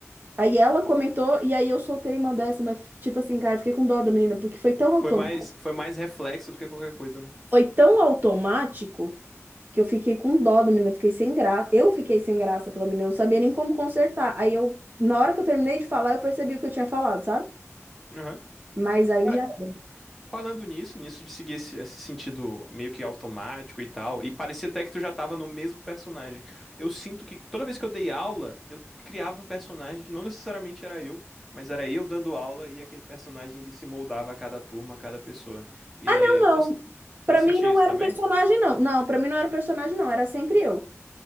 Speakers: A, on the right; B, in the centre.
A: Aí ela comentou, e aí eu soltei uma dessa, mas tipo assim, cara, eu fiquei com dó da menina, porque foi tão autom...
B: Foi mais, foi mais reflexo do que qualquer coisa, né?
A: foi tão automático que eu fiquei com dó da menina, eu fiquei sem graça. Eu fiquei sem graça pela menina, eu não sabia nem como consertar. Aí eu, na hora que eu terminei de falar, eu percebi o que eu tinha falado, sabe?
B: Aham.
A: Mas aí
B: Cara,
A: já era.
B: Falando nisso, nisso de seguir esse, esse sentido meio que automático e tal, e parecia até que tu já tava no mesmo personagem. Eu sinto que toda vez que eu dei aula, eu criava um personagem que não necessariamente era eu, mas era eu dando aula e aquele personagem ele se moldava a cada turma, a cada pessoa. E
A: Não, não.
B: eu posso. Você
A: pra
B: sentia
A: mim não
B: isso
A: era
B: também?
A: um personagem, não. Não, pra mim não era um personagem, não. Era sempre eu.